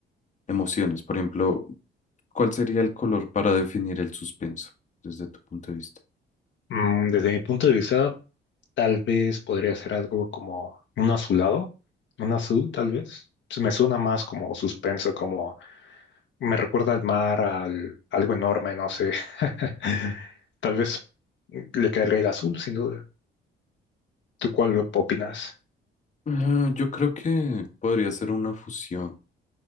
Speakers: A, on the left; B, on the left.
A: emociones. Por ejemplo, ¿cuál sería el color para definir el suspenso desde tu punto de vista?
B: Mm, Desde mi punto de vista, tal vez podría ser algo como un azulado, un azul tal vez. Se me suena más como suspenso, como me recuerda al mar, al algo enorme, no sé. <laughs> Tal vez le caería el azul, sin duda. ¿Tú cuál opinas?
A: Ah, yo creo que podría ser una fusión,